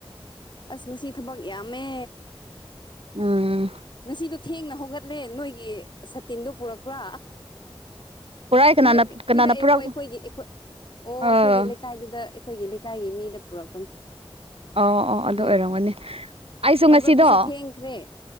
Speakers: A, on the left (about 50°); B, on the right (about 80°).
A: ꯑꯁ ꯉꯁꯤ ꯊꯕꯛ ꯌꯥꯝꯃꯦ
B: ꯎꯝ
A: ꯉꯁꯤꯗꯣ ꯊꯦꯡꯅ ꯍꯧꯒꯠꯂꯦ ꯅꯣꯏꯒꯤ ꯁꯇꯤꯟꯗꯨ ꯄꯨꯔꯛꯄ
B: ꯄꯨꯔꯥꯏ ꯀꯅꯥꯅ
A: ꯄꯤꯔꯛꯑꯦ
B: ꯀꯅꯥꯅ
A: ꯄꯤꯔꯛꯑꯦꯀꯣ
B: ꯄꯨꯔꯛ
A: ꯑꯩꯈꯣꯢꯒꯤ ꯑꯩꯈꯣꯏꯒꯤꯈꯣꯏ ꯑꯣ
B: ꯑ
A: ꯑꯩꯈꯣꯏꯒꯤ ꯂꯩꯀꯥꯏꯗꯨꯗ ꯑꯩꯈꯣꯏꯒꯤ ꯂꯩꯀꯥꯏꯒꯤ ꯃꯤꯗ ꯄꯨꯔꯛꯄꯅꯦ꯫
B: ꯑꯣ ꯑꯣ ꯑꯗꯨ
A: ꯑꯗꯣ
B: ꯑꯣꯏꯔꯝꯒꯅꯤ ꯑꯩꯁꯨ ꯉꯁꯤꯗꯣ
A: ꯍꯧꯒꯠꯄꯁꯨ ꯊꯦꯡꯈ꯭ꯔꯦ